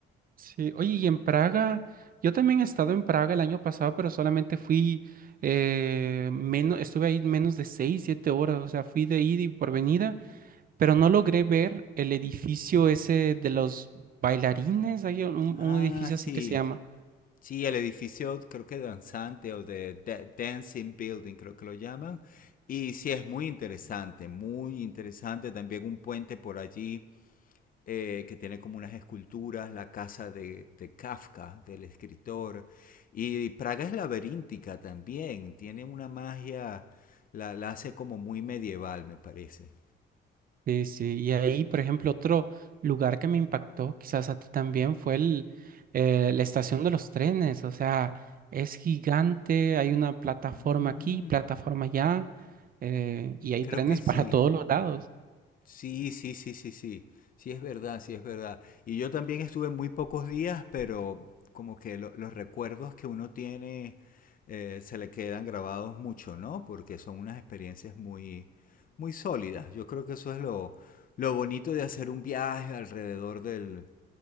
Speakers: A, on the right; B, on the left.
A: Sí, oye, y en Praga, yo también he estado en Praga el año pasado, pero solamente fui, eh, menos, estuve ahí menos de seis, siete horas, o sea, fui de ida y por venida, pero no logré ver el edificio ese de los bailarines, hay un, un
B: Ah,
A: edificio
B: sí,
A: así que se llama.
B: sí, el edificio creo que danzante o de, da- Dancing Building, creo que lo llaman. Y sí, es muy interesante, muy interesante. También un puente por allí eh, que tiene como unas esculturas, la casa de, de Kafka, del escritor. Y Praga es laberíntica también, tiene una magia, la, la hace como muy medieval, me parece.
A: Sí, sí, y ahí, por ejemplo, otro lugar que me impactó, quizás a ti también, fue el, eh, la estación de los trenes, o sea, es gigante, hay una plataforma
B: Mm,
A: aquí, plataforma allá, eh, y hay
B: creo
A: trenes
B: que sí,
A: <laughs> para todos los lados.
B: Sí, sí, sí, sí, sí. Sí, es verdad, sí, es verdad. Y yo también estuve muy pocos días, pero como que lo- los recuerdos que uno tiene eh, se le quedan grabados mucho, ¿no? Porque son unas experiencias muy, muy sólidas. Yo creo que eso es lo, lo bonito de hacer un viaje alrededor del,